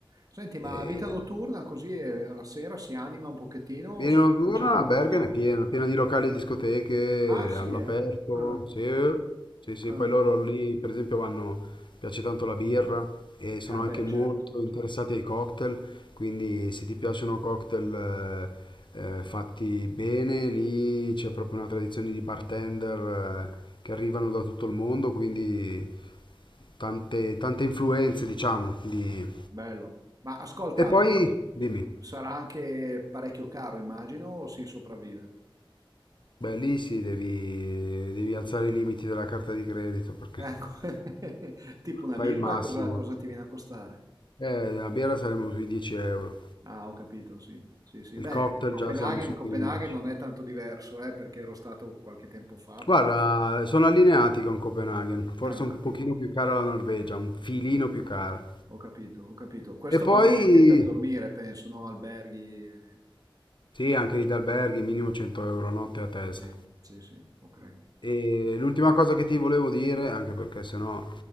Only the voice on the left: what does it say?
E
Vieni
notturna
a Bergen
è piena, piena di locali e discoteche
all'aperto,
sì, sì, sì,
poi loro lì per esempio vanno, piace tanto la birra e sono
anche
molto
interessati ai cocktail, quindi se ti piacciono cocktail eh, eh, fatti bene, lì c'è proprio una tradizione di bartender eh, che arrivano da tutto il mondo, quindi tante, tante influenze diciamo di...
E poi, dimmi.
Beh, lì sì, devi, devi alzare i limiti della carta di credito perché
<laughs>
fai
il massimo.
Eh, la birra saremo sui 10 euro,
il
cocktail
già siamo su
15.
Guarda,
sono allineati con Copenaghen, forse
un
pochino più cara la Norvegia, un filino più cara.
E poi,
sì, anche gli alberghi, minimo 100 euro a notte a testa.
E l'ultima cosa che ti volevo dire, anche perché sennò